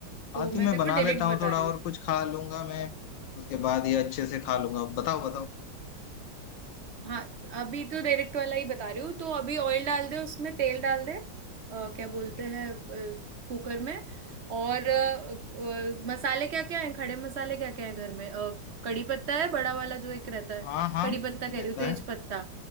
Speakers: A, on the right (about 40°); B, on the left (about 70°).
A: तो
B: हाँ तो
A: मैं
B: मैं
A: तेरे
B: बना
A: को डायरेक्ट
B: लेता हूँ
A: बता
B: थोड़ा
A: रही
B: और
A: हूँ
B: कुछ खा लूंगा मैं उसके बाद ये अच्छे से खा लूंगा बताओ बताओ
A: हाँ अभी तो डायरेक्ट वाला ही बता रही हूँ तो अभी ऑयल डाल दे उसमें तेल डाल दे अ, क्या बोलते
B: ठीक है
A: हैं अ, कुकर में और
B: हाँ
A: अ, अ, मसाले क्या क्या हैं खड़े मसाले क्या क्या हैं घर में अ, कड़ी पत्ता है बड़ा वाला जो एक रहता है
B: हाँ हाँ,
A: कड़ी पत्ता कह
B: रहता
A: रही हूँ तेज
B: है
A: पत्ता